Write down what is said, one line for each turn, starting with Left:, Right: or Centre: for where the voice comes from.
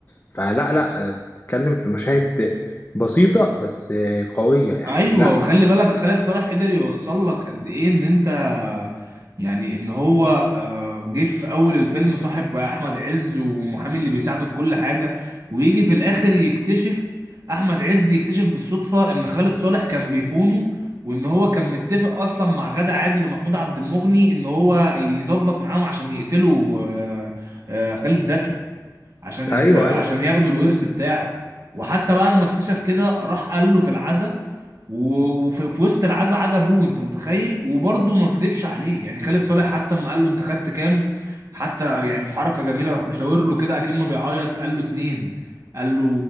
Left: فلا لا انت بتتكلم في مشاهد بسيطة بس قوية يعني
Right: ايوه
Left: لا
Right: وخلي بالك خالد صالح قدر يوصل لك قد ايه ان انت يعني ان هو آه، جه في اول الفيلم صاحب بقى احمد عز والمحامي اللي بيساعده في كل حاجه ويجي في الاخر يكتشف احمد عز يكتشف بالصدفه ان خالد صالح كان بيخونه وان هو كان متفق اصلا مع غادة عادل ومحمود عبد المغني ان هو يظبط معاهم عشان يقتلوا آه، آه، خالد زكي عشان يسرقوا
Left: ايوه ايوه
Right: عشان ياخدوا الورث بتاعه وحتى بعد ما اكتشف كده راح قال له في العزا و- وفي في وسط العزا عزا ابوه انت متخيل وبرضه ما كدبش عليه يعني خالد صالح حتى اما قال له انت خدت كام حتى يعني في حركة جميلة راح مشاور له كده اكنه بيعيط قال له اتنين قال له